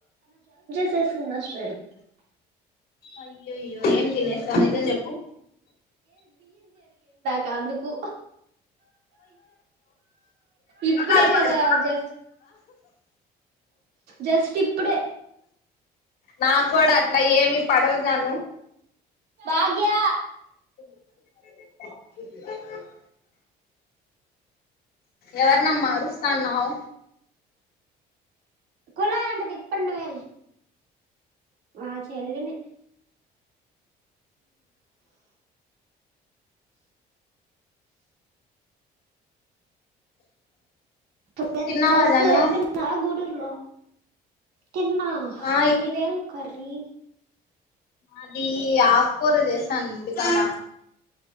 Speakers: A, on the right (about 75°); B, on the left (about 65°).
A: చేసిందా శ్రేన్
B: అయ్యోయ్యో ఏం తినేసావు నిజం చెప్పు
A: కందుకు ఇప్పుడే
B: ఆల్ మనకు
A: కదా జస్ట్ జస్ట్ ఇప్పుడే
B: నాకు గుడా అట్లా ఏమి పడవు జాను
A: భాగ్య
B: <inaudible> ఎవరినమ్మ అరుస్తన్నావు
A: కుళయంట తిప్పండి వే మా చెల్లిని ఇప్పు ఎంత
B: తిన్నావా
A: బస్సు
B: జాను
A: ఎక్కడున్నవ గూడురు లో తిన్నా
B: ఆ
A: మీదెం కర్రీ
B: అది ఆకూర చేసాను ఇంటికాడ